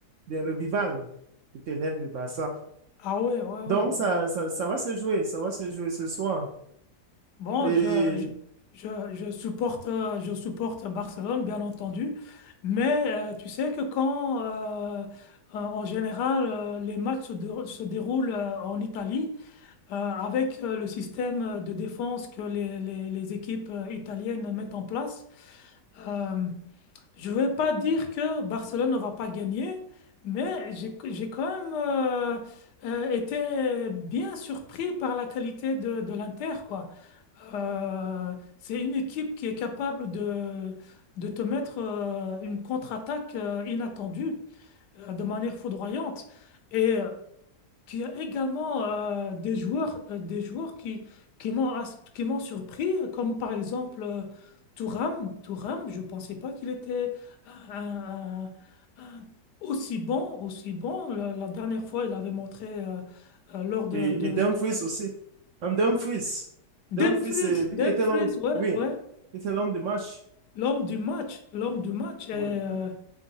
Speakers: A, on the right; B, on the left.
A: bien le rival éternel du bassin.
B: ah ouais, ouais, ouais.
A: Donc, ça, ça, ça va se jouer, ça va se jouer ce soir.
B: Bon,
A: Et,
B: je, je, je, je supporte, euh, je supporte Barcelone, bien entendu, mais euh, tu sais que quand, euh, euh, en général, euh, les matchs se, dé- se déroulent euh, en Italie, euh, avec euh, le système de défense que les, les, les équipes euh, italiennes mettent en place, euh, je ne vais pas dire que Barcelone ne va pas gagner, mais j'ai, j'ai quand même euh, euh, été bien surpris par la qualité de, de l'Inter, quoi. Euh, c'est une équipe qui est capable de, de te mettre euh, une contre-attaque euh, inattendue euh, de manière foudroyante et euh, qui a également euh, des joueurs, euh, des joueurs qui, qui m'ont ass- qui m'ont surpris, comme par exemple euh, Thuram. Thuram, je ne pensais pas qu'il était un- un- un- aussi bon, aussi bon. La, la dernière fois, il avait montré euh, euh, lors de,
A: et,
B: de-
A: et Dumfries aussi. Um, Dumfries. Dumfries,
B: Dumfries,
A: c'est lui
B: Dumfries,
A: qui était l'homme,
B: ouais,
A: oui,
B: ouais.
A: qui était l'homme du match.
B: L'homme du match, l'homme du match. Et,
A: Oui,
B: euh,